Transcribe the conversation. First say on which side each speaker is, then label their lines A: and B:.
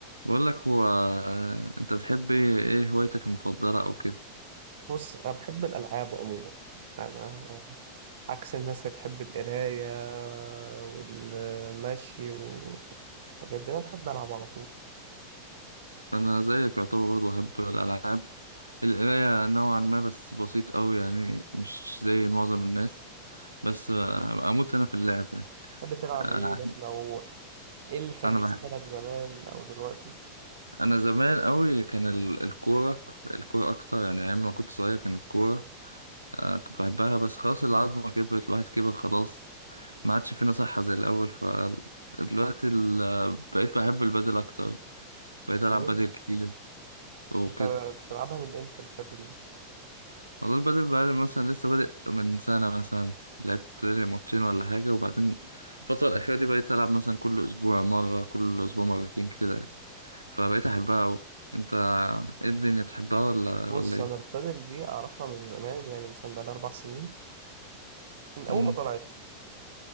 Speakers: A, on the right; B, on the right.
A: بقول لك هو آه، انت بتحب ايه إيه هوايتك المفضله او كده
B: بص أنا بحب الألعاب عموما أنا عكس الناس اللي بتحب القراية والمشي والحاجات دي أنا بحب ألعب على طول
A: انا زيك يعتبر برضه بحب الالعاب القرايه نوعا ما بس بسيط قوي يعني مش زي معظم الناس بس آه، اموت انا في اللعب يعني
B: بتحب تلعب
A: انا
B: إيه مثلا أو إيه اللي كان
A: انا
B: بيسحلك
A: بح-
B: زمان أو دلوقتي
A: انا زمان قوي كان ال- الكوره الكوره اكتر يعني ايام ما كنت صغير كان الكوره آه، كنت بحبها بس خلاص العظمه كبرت الواحد كبر خلاص ما عادش فينا صحه زي الاول فدلوقتي ال- بقيت بحب البادل اكتر بقيت ألعب
B: البادل
A: بدل كتير وكده
B: أنت بتلعبها من إمتى البادل دي؟
A: والله البدل بقى مثلا لسه بادئ من سنة مثلا لعبت لي ماتشين ولا حاجة وبعدين الفترة الأخيرة دي بقيت ألعب مثلا كل أسبوع مرة كل أسبوع مرتين كده يعني. فبقيت أحبها أوي أنت إيه الدنيا بتحبها ولا
B: بص
A: ولا إيه؟
B: أنا البادل دي أعرفها من زمان يعني مثلا بقالي أربع سنين من أول
A: مم.
B: ما طلعت